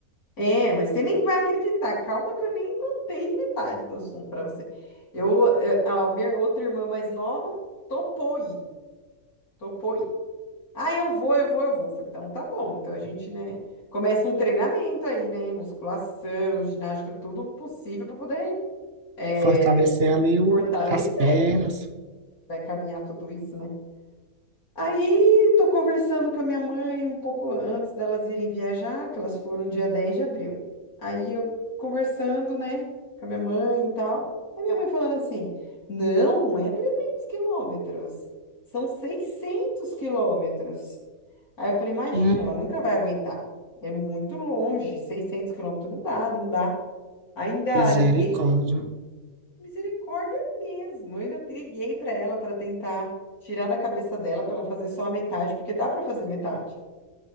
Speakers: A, on the left; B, on the right.
A: É, mas você nem vai acreditar, calma que eu nem contei metade do assunto pra você. Eu, eh, a minha outra irmã mais nova topou ir, topou ir. Ah, eu vou, eu vou, eu vou. Falei, Então tá bom. Então a gente, né, começa um treinamento aí, né? Musculação, ginástica, tudo possível para poder é,
B: Fortalecer ali o,
A: fortalecer.
B: as pernas.
A: porque Vai caminhar tudo isso, né? Aí, tô conversando com a minha mãe um pouco antes delas irem viajar, que elas foram dia 10 de abril. Aí eu conversando, né, com a minha mãe e tal. Aí minha mãe falando assim: não, não é 300 quilômetros, são 600 quilômetros. Aí eu falei: imagina,
B: Hum,
A: ela nunca vai aguentar. É muito longe, 600 quilômetros não dá, não dá. Ainda
B: misericórdia.
A: liguei Misericórdia mesmo. Eu ainda liguei para ela para tentar tirar da cabeça dela para ela fazer só a metade, porque dá para fazer metade.